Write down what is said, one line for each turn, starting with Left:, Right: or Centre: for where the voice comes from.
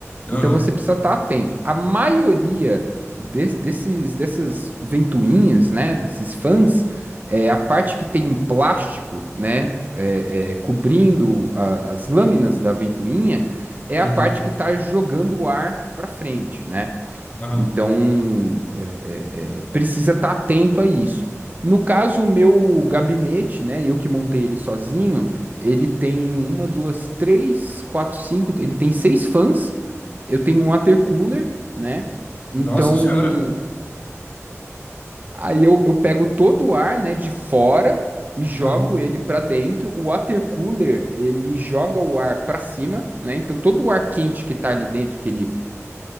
Left: Aham.
Right: Então você precisa estar atento. A maioria des- desses, dessas ventoinhas, né, desses fãs, é, a parte que tem um plástico, né, é, é, cobrindo a- as lâminas da ventoinha, é
Left: Uhum.
Right: a parte que está jogando o ar para frente, né?
Left: Aham.
Right: Então é, é, é, precisa estar atento a isso. No caso, o meu gabinete, né, eu que montei ele sozinho, ele tem uma, duas, três, quatro, cinco, ele tem seis fãs eu tenho um water cooler, né? Então,
Left: Nossa Senhora.
Right: aí eu, eu pego todo o ar, né, de fora e jogo
Left: Aham,
Right: ele para dentro. O water cooler, ele joga o ar para cima, né? Então, todo o ar quente que tá ali dentro, que ele